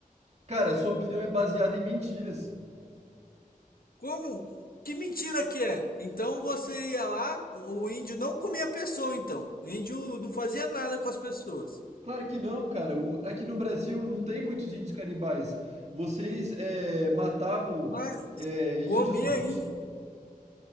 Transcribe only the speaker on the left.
Como? Que mentira que é? Então você ia lá, o índio não comia a pessoa então. O índio não fazia nada com as pessoas.
Mas
comia
aí.